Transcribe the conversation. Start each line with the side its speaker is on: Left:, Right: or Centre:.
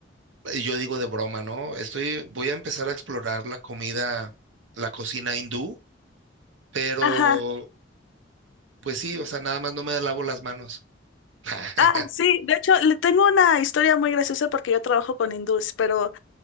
Right: eh, yo digo de broma, ¿no? Estoy, voy a empezar a explorar la comida, la cocina hindú, pero
Left: Ajá.
Right: pues sí, o sea, nada más no me lavo las manos. <laughs>
Left: Ah, sí, de hecho, le tengo una historia muy graciosa porque yo trabajo con hindús, pero